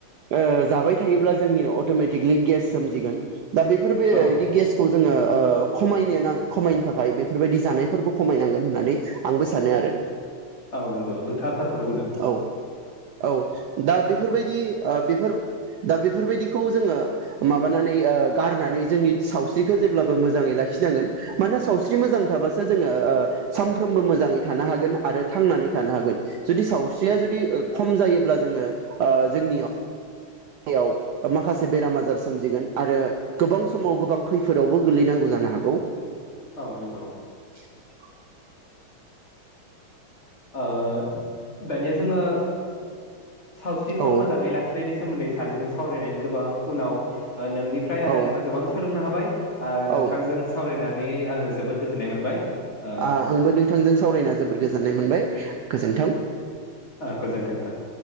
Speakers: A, on the right; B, on the left.
A: ओ जाबाय थायोब्ला जोंनि अट'मेटिकेलि गेस सोमजिगोन। दा बेफोर बे
B: औ
A: बादि गेसखौ जोङो ओ खमायनाया आं खमाय थाखाय बेफोरबायदि जानायफोरखौ खमायनांगोन होननानै आंबो सानो आरो।
B: औ नंगौ नोंथाङा थारखौनो बुंदों।
A: औ औ दा बेफोरबायदि ओ बेफोर दा बेफोर बेफोरबायदिखो जोङो माबानानै ओ गारनानै जोंनि सावस्रिखो जेब्लाबो मोजांयै लाखिनांगोन मानोना सावस्रि मोजां थाबासो जोङो ओ सानफ्रोमबो मोजाङै थानो हागोन आरो थांनानै थानो हागोन जुदि सावस्रिया जुदि खम जायो अब्ला जोङो ओ जोंनियाव याव माखासे बेराम आजार सोमजिगोन आरो गोबां समाव गोबां खैफोदावबो गोलैनांगौ जानो हागौ।
B: औ नंगौ
A: <unintelligible>
B: ओ दानिया जोङो सावस्रिखौ
A: औ
B: मोजाङै लाखिनायनि सोमोन्दै सानैजों सावरायनायनि गोबां उनाव ओ नोंनिफ्राय
A: औ
B: आरो आंनिफ्राय गोबां सोलोंनो हा- बाय ओ
A: औ
B: नोंथांजों सावराय- नानै आङो जोबोद गोजोन्नाय मोनबाय ओ
A: आ आंबो नोंथांजों सावरायना जबोद गोजोननाय मोनबाय गोजोन्थों
B: ओ गोजोन्थों नोंथां